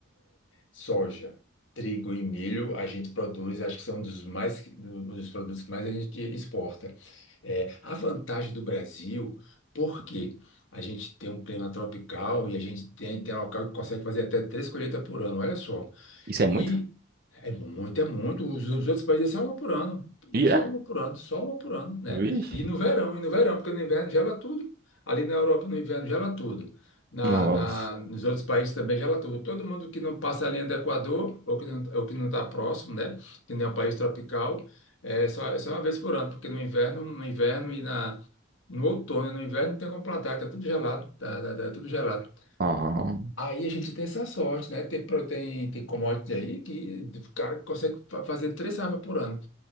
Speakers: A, on the left (about 75°); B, on the right (about 50°).
A: Soja, trigo e milho a gente produz, acho que são dos mais dos produtos que mais a gente exporta. É, a vantagem do Brasil, porque a gente tem um clima tropical e a gente tem, tem local que consegue fazer até três colheitas por ano, olha só.
B: Isso é muito?
A: E é muito, é muito. Os, os outros países é só uma por ano,
B: E
A: só
B: é?
A: uma por ano, só uma por ano, né?
B: Vixe.
A: E no verão, e no verão, porque no inverno gela tudo. Ali na Europa, no inverno, gela tudo. Na,
B: Nossa.
A: na, nos outros países também gela tudo. Todo mundo que não passa a linha do Equador, ou que não, ou que não está próximo, né? Que nem é um país tropical, é só, é só uma vez por ano, porque no inverno, no inverno e na, no outono e no inverno não tem como plantar, tá tudo gelado, tá, tá, tá tudo gelado.
B: Ah,
A: Aí a gente tem essa sorte, né? Tem, pro- tem, tem commodity aí que o cara consegue fa- fazer três safras por ano.